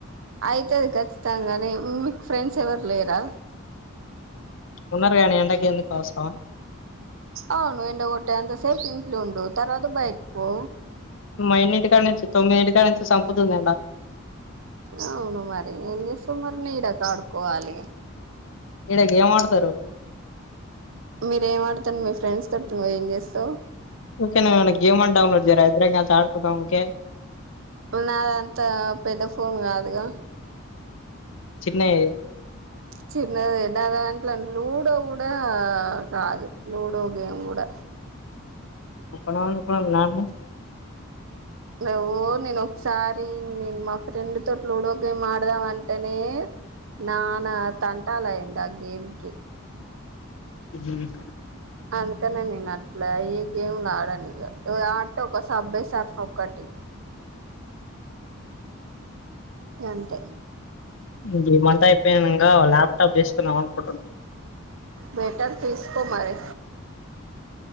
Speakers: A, on the right; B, on the left.
A: అయితది ఖచ్చితంగానే మీకు ఫ్రెండ్స్ ఎవరు లేరా
B: ఉన్నారు గానీ ఎండకి ఎందుకు అవసరమా
A: అవును ఎండ కొట్టే అంతసేపు ఇంట్లుండు తర్వాత బయట పో
B: మ ఎన్నింటికాడ నుంచి తొమ్మిది ఇంటికాడ నుంచి చంపుతుంది ఎండ
A: అవును మరి ఏం చేస్తా మరి నీడ కా ఆడుకోవాలి
B: నీడకి ఏం ఆడతారు
A: మీర ఏం ఆడుతను మీ ఫ్రెండ్స్ తోడుత నువ్వు ఏం చేస్తావు
B: ఓకే న ఏమైనా గేమైనా డౌన్లోడ్ చేయరా ఇద్దరం కలిసి ఆడుకుందాం ఓకే
A: నాదంతా పెద్ద ఫోన్ కాదుగా
B: చిన్నయి
A: చిన్నది నా దాంట్లో లూడో కూడా కాదు, లూడో గేమ్ కూడా.
B: ఉప్పనో అందుకున్నామ్ నాన్య
A: నువ్వు నేన్ ఒకసారి నేన్ మా ఫ్రెండ్ తోటి, లూడో గేమ్ ఆడదాం అంటేనే నాన తంటాల అయ్యంది ఆ గేమ్కి.
B: హు మ్మ్
A: అందుకనే నేను అట్లా ఏ గేమ్లు ఆడను ఇగ, ఆడితే ఒక సబ్వే సర్ఫ్ ఒకటి. గంతే
B: ఇగ్ ఈ మంత్ అయిపోయినంగా ల్యాప్టాప్ తీసుకుందాం అనుకుంటున్
A: బెటర్ తీసుకో మరి